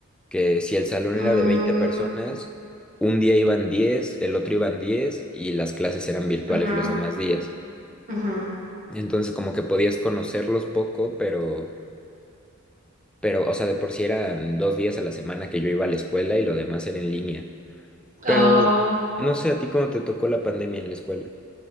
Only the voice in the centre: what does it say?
que si el salón
era de 20 personas, un día iban diez el otro iban diez y las clases eran virtuales
los demás días.
Entonces como que podías conocerlos poco, pero, pero, o sea, de por sí eran dos días a la semana que yo iba a la escuela y lo demás era en línea. Pero
no sé a ti cómo te tocó la pandemia en la escuela.